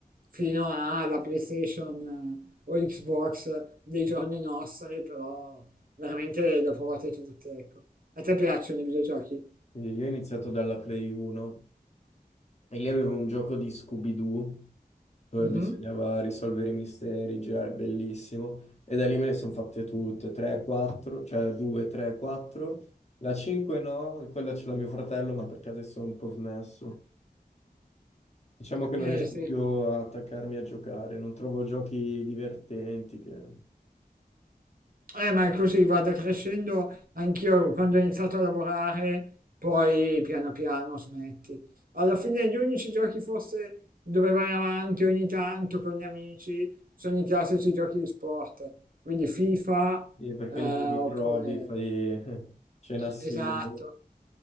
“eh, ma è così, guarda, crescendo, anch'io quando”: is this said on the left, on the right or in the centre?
Right